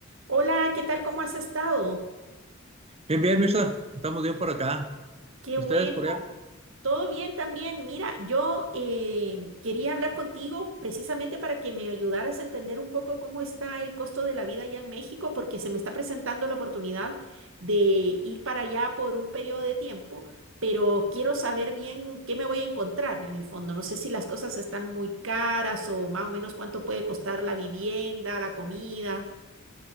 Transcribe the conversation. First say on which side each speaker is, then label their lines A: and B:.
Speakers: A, on the right; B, on the right.
A: Hola, ¿qué tal? ¿Cómo has estado?
B: Bien, bien, Mirza, estamos bien por acá.
A: Qué
B: ¿Ustedes
A: bueno.
B: por allá?
A: Todo bien también. Mira, yo eh, quería hablar contigo precisamente para que me ayudaras a entender un poco cómo está el costo de la vida allá en México, porque se me está presentando la oportunidad de ir para allá por un periodo de tiempo, pero quiero saber bien qué me voy a encontrar en el fondo. No sé si las cosas están muy caras o más o menos cuánto puede costar la vivienda, la comida.